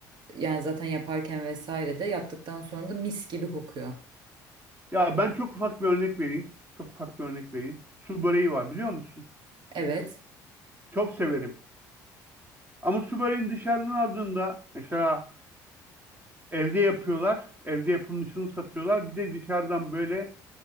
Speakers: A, on the right; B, on the right.
A: yani zaten yaparken vesaire de yaptıktan sonra da mis gibi kokuyor.
B: Ya ben çok ufak bir örnek vereyim. Çok ufak bir örnek vereyim. Su böreği var biliyor musun?
A: Evet.
B: Çok severim. Ama su böreğini dışarıdan aldığında mesela evde yapıyorlar. Evde yapılmışını satıyorlar. Bir de dışarıdan böyle